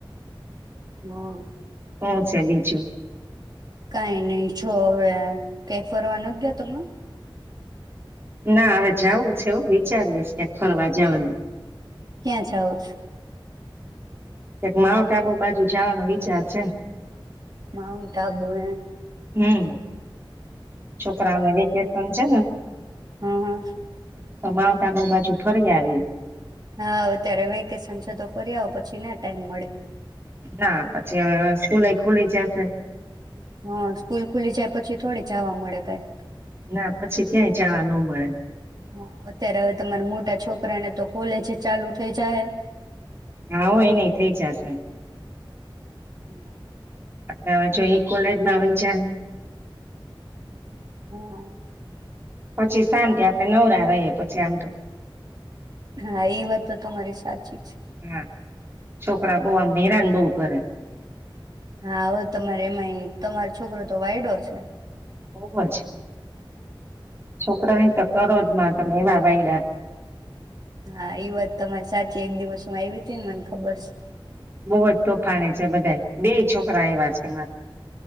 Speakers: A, on the right; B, on the right.
A: હહમ્મ
B: હું છે બીજું.
A: કઈ નહી જો હવે કઈ ફરવા નથી ગયા તમને.
B: ના હવે જવું છે હો વિચારવું છે ફરવા જવાનુ
A: ક્યાં જાઉ છ.
B: એક માઉન્ટ આબુ બાજુ જવાનો વિચાર છે.
A: માઉંન્ટ આબુ હ.
B: હમ્મ છોકરાને વેકેશન છે ને.
A: હા
B: <unintelligible> બાજુ ફરી આવી.
A: હા અત્યારે વેકેશન છે તો ફરી આવો પછી ના ટાઈમ મળે.
B: ના પછી હ સ્કૂલએ ખુલી જશે.
A: હા સ્કૂલ ખુલી જાય પછી થોડી જાવા મળે કઈ.
B: ના પછી ક્યાંય જવા ન મળે.
A: હા અત્યારે હવે તમારા મોટા છોકરા ને તો કોલેજ ચાલુ થઈ જાયે
B: હા હો એન થઇ જાયે
A: હમ્મ
B: અટલે હવે જો ઈ કોલેજમાં આવી જાય
A: <inaudible>
B: પછી શાંતિ આપડે નવરા રહીએ પછી આમ તો.
A: હા એ વાત તો તમારી સાચી છે.
B: હા છોકરા બોવા હેરાન બઉ કરે.
A: હા હો તમારે એમાંય તમારો છોકરો તો વાયડો છે.
B: બોવજ છોકરાની તક કરોજ માં તમે એવા વાઈડા.
A: હા ઈ વાત તમારી સાચી એક દિવસ હું આવી હતી ને મને ખબર છે.
B: બહુ જ તોફાની છે બધા બે છોકરા એવા છે મારે.